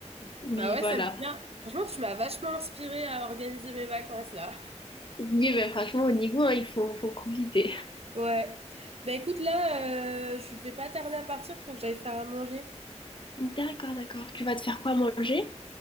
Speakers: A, on the left; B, on the right.
A: Oui,
B: Bah ouais,
A: voilà.
B: ça me dit bien. Franchement, tu m'as vachement inspirée à organiser mes vacances là.
A: Oui, mais franchement, au Nigo, hein, il faut, faut profiter.
B: Ouais. Bah écoute, là, euh, je vais pas tarder à partir, faut que j'aille faire à manger.
A: D'accord, d'accord. Tu vas te faire quoi manger?